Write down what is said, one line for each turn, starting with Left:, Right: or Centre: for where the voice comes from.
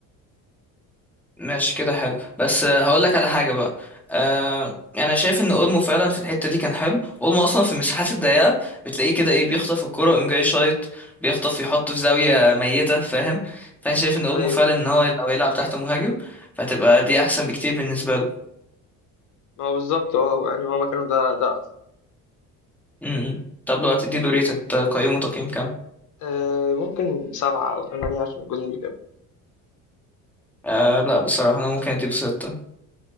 Centre: ماشي كده حلو بس آه، هقول لك على حاجة بقى آه انا شايف ان اولمو فعلا في الحتة دي كان حلو اولمو اصلا في المساحات الضيقة بتلاقيه كده ايه بيخطف الكرة ويقوم جاي شايط بيخطف يحطه في زاوية ميتة فاهم فانا شايف ان اولمو
Left: ايوه
Centre: فعلا ان هو لو يلعب تحت مهاجم فهتبقى دي احسن بكتير بالنسبة له
Left: هو بالظبط اه يعني هو مكانه ده ده أحسن
Centre: م-م. طب لو هتدي له ريت تقيمه تقييم كام
Left: آه ممكن سبعة أو ثمانية عشان الجون اللي جابه
Centre: آه لا بصراحة انا ممكن اديله ستة